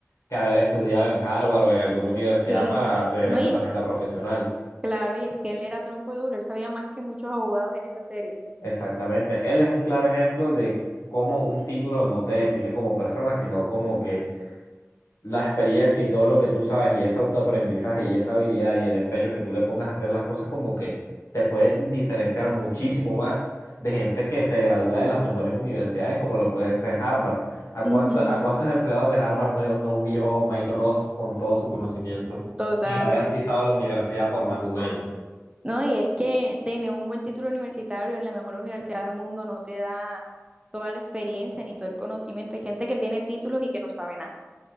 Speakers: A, on the left; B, on the right.
A: que haber estudiado en Harvard o en alguna universidad
B: Sí.
A: para tener
B: No,
A: esa
B: y
A: tarjeta
B: es
A: profesional.
B: Claro, y es que él era tronco de duro, él sabía más que muchos abogados en esa serie.
A: Exactamente. Él es un claro ejemplo de cómo un título no te define como persona, sino como que la experiencia y todo lo que tú sabes y ese autoaprendizaje y esa habilidad y el empeño que tú le pongas a hacer las cosas como que te pueden diferenciar muchísimo más de gente que se gradúa de las mejores universidades como lo pueden ser Harvard. ¿A
B: Ujú.
A: cuánto- a cuántos empleados de Harvard no, no humilló Mike Ross con todo su conocimiento
B: Total.
A: sin haber pisado la universidad por más de un año?
B: No, y es que tener un buen título universitario en la mejor universidad del mundo no te da toda la experiencia ni todo el conocimiento. Hay gente que tiene títulos y que no sabe nada.